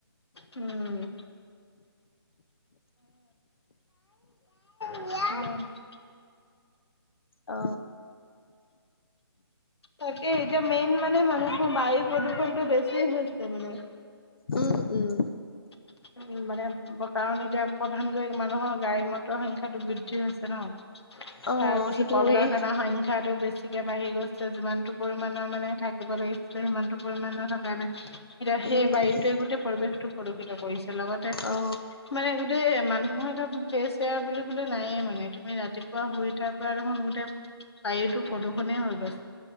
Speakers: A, on the left (about 85°); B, on the left (about 65°).
A: উম। <unintelligible>
B: অ
A: তাকে এতিয়া মেইন মানে মানুহ ৰ বায়ু প্ৰদূষণটো বেছি হৈছে মানে।
B: উম উম
A: উ মানে কাৰণ এতিয়া প্ৰধানকৈ মানুহৰ গাড়ী মটৰৰ সংখ্যাটো বৃদ্ধি হৈছে ন।
B: অ
A: তাৰ পিছত
B: সেইটোৱে
A: কল কাৰখানাৰ সংখ্যাটো বেছিকে বাঢ়ি গৈছে যিমানতটো পৰি- ৰ মানে থাকে। লাগিছিলে সিমানতো পৰিমণ ন থকা নাই এতিয়া সেই
B: উম
A: বায়ুটোৱে গোটেই পৰিৱেশটো প্ৰদূষিত কৰিছে । লগতে
B: অ
A: মানে গো- মানুহৰ এটা ফ্ৰেচ এয়াৰ বুলি বোলে নাইয়ে মানে তুমি ৰাতিপুৱা শুই উঠাৰ পৰা দেখোন বোলে, বায়ুতো প্ৰদূষণে হৈ গৈছে।